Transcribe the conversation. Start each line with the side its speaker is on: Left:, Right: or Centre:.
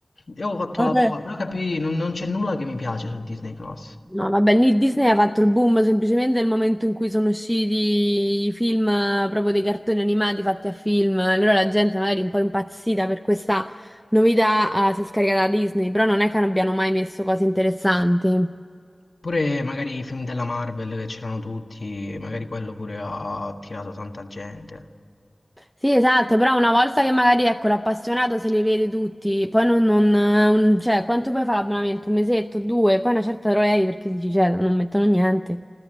Left: io ho fatto
Centre: Vabbè.
Left: la prova, però capì, non, non c'è nulla che mi piace su Disney Plus.
Centre: No, vabbè, Ni- Disney ha fatto il boom semplicemente nel momento in cui sono usciti i film, eh, proprio dei cartoni animati fatti a film. Allora la gente magari un po' impazzita per questa novità, eh, si è scaricata da Disney, però non è che non abbiano mai messo cose interessanti.
Left: Pure magari i film della Marvel che c'erano tutti, magari quello pure ha attirato tanta gente.
Centre: Sì, esatto, però una volta che magari, ecco, l'appassionato se li vede tutti, poi non, non, eh, un- cioè, quanto puoi fare l'abbonamento? Un mesetto, due, poi una certa te lo levi perché dici, cioè, non mettono niente.